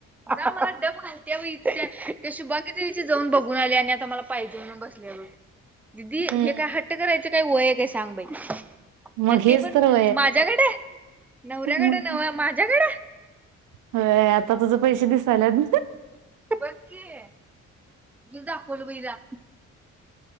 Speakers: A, in the centre; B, on the right.
A: अगं मला डब घालत्या म्हणत्या त्या शुभांगी ताईची जाऊन बघून आल्या आणि आता मला पाहिजे म्हणून बसल्या बघ. दीदी
B: हम्म
A: हे काय हट करायचं काय वय काय सांग बाई?
B: मग
A: आणि
B: हेच
A: ते पण
B: तर उ
A: माझ्याकडे नवऱ्याकडे
B: मग
A: नव्ह
B: काय
A: माझ्याकडे?
B: होय, आता तुझ पैसे दिसायल्यात.
A: बघकी, दाखवलं बघ हिला.